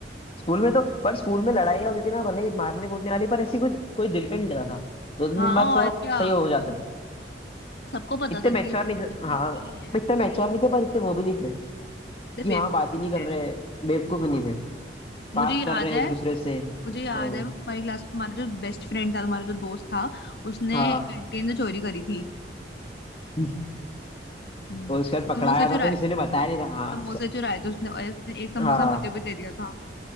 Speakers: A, on the left; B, on the left.
A: स्कूल में तो पर स्कूल में लड़ाइयाँ होती थी ना भले ही मारने कूटने वाली पर ऐसी कुछ कोई दिल पे नहीं लेता था दो तीन
B: हाँ
A: दिन बाद सब
B: और क्या
A: सही हो जाते थे
B: सबको पता
A: इतने
B: था
A: मैच्योर
B: कि
A: नहीं थे
B: होनी
A: हाँ
B: है
A: इतने मैच्योर नहीं थे पर इतने वो भी नहीं थे कि
B: तो
A: हाँ
B: बेवकूफ
A: बात ही नहीं कर
B: थे।
A: रहे बेवकूफ भी नहीं थे
B: मुझे
A: बात
B: याद
A: कर रहे हैं
B: है
A: एक दूसरे से
B: मुझे याद
A: हाँ
B: है वो तुम्हारी क्लास का तुम्हारा जो बेस्ट फ्रेंड था तुम्हारा जो दोस्त था उसने
A: हाँ
B: कैंटीन से चोरी करी थी
A: <laughs>
B: हम्म
A: और उसके बाद पकड़ाया
B: समोसे चुराए
A: था तो किसी
B: सम-
A: ने बताया नहीं था हाँ
B: समोसे चुराए थे उसने और उसने एक समोसा
A: हाँ
B: मुझे भी दे दिया था